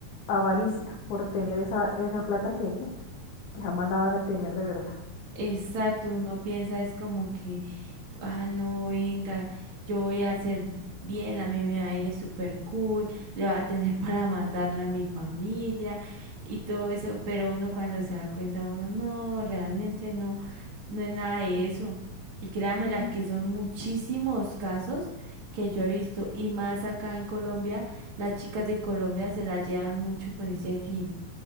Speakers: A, on the left; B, on the right.
A: avaricia, por tener esa, esa plata que, que jamás la van a tener de verdad.
B: Exacto, uno piensa es como que, ah, no, venga, yo voy a hacer bien, a mí me va a ir súper cool, <laughs> le va a tener para mandarle a mi familia y todo eso, pero uno cuando se da cuenta, uno no, realmente no, no es nada de eso. Y créanme
A: Mm.
B: las que son muchísimos casos que yo he visto, y más acá en Colombia, las chicas de Colombia se las llevan mucho con ese fin